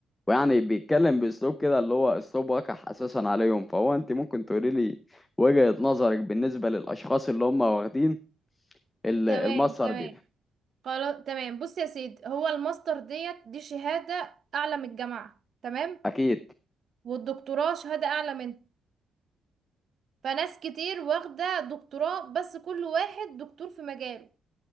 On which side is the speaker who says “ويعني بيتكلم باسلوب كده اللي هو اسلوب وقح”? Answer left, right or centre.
Left